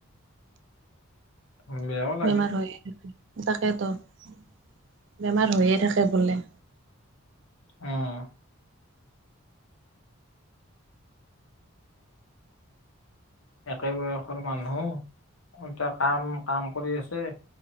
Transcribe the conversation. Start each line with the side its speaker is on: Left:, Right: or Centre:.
Left: উম বেয়াও লাগে
Right: বেমাৰ হৈ - তাকেতো বেমাৰ হৈয়ে থাকে বোলে।
Left: আহ। একে বয়সৰ মানুহ এতিয়া কাম -কাম কৰি আছে।